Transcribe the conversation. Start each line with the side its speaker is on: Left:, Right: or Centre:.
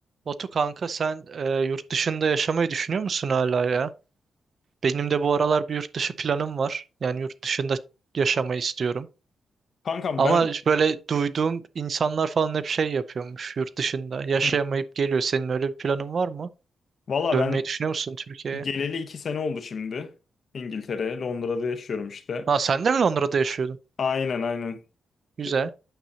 Right: Batu kanka sen e, yurt dışında yaşamayı düşünüyor musun hala ya? Benim de bu aralar bir yurt dışı planım var. Yani yurt dışında yaşamayı istiyorum.
Left: Kankam
Right: Ama
Left: ben
Right: böyle duyduğum insanlar falan hep şey yapıyormuş yurt dışında. Yaşayamayıp
Left: hı,
Right: geliyor. Senin öyle bir planın var mı?
Left: valla
Right: Dönmeyi
Left: ben
Right: düşünüyor musun Türkiye'ye?
Left: geleli iki sene oldu şimdi. İngiltere, Londra'da yaşıyorum işte.
Right: Ha sen de mi Londra'da yaşıyordun?
Left: Aynen aynen.
Right: Güzel.
Left: De-